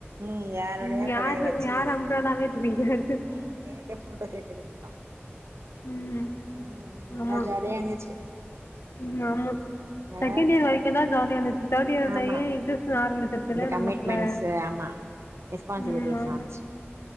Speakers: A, on the right; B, on the left.
A: ம் யாரோடயோ
B: ம் யாரு
A: கொடைய வச்சு
B: யார் அம்பரல்லாவே தெரில
A: ம் ஹே ஹே போட்டோஸ் எட்துகிறீங்ளா
B: ம்.
A: ம் நல்லா
B: ஆமா.
A: ஜாலியா இருந்துச்சு
B: ம் ஆமா
A: ஆ
B: செகண்ட் இயர் வரைக்கு தா ஜாலியா இருந்துச்சு தேர்ட் இயர்லயே
A: ஆமா
B: இதுசு ஆரம்பிச்
A: இந்த
B: ல
A: கமிட்மெண்ட்ஸு
B: நமக்குள்ள
A: ஆமா ரெஸ்பான்சிபிலிட்டிஸ்லா
B: ம் ஆமா
A: வந்துச்சு